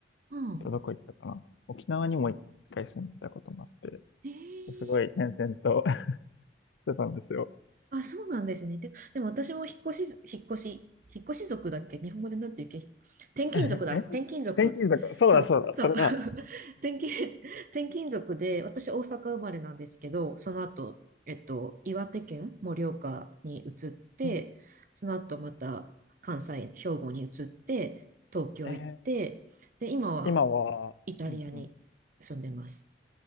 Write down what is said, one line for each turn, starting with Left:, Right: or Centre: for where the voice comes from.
Right: うん。
Left: あとどこ行ったかな。沖縄にも一回住んでたこともあって、
Right: ええ
Left: すごい転々と <laughs> してたんですよ。
Right: あ、そうなんですね。で、でも私も引っ越し、引っ越し、引っ越し族だっけ日本語でなんて言うっけ転勤族だ。
Left: <laughs> え、
Right: 転勤族。
Left: 転勤族、そうだそうだ、
Right: そう、そう。
Left: それだ。
Right: <laughs> 転勤、転勤族で、私大阪生まれなんですけど、その後、えっと、岩手県盛岡に移って、
Left: うん
Right: その後また関西、兵庫に移って、東京行って、
Left: えー
Right: で、今は
Left: 今は、
Right: イタリアに住んでます。
Left: うんうん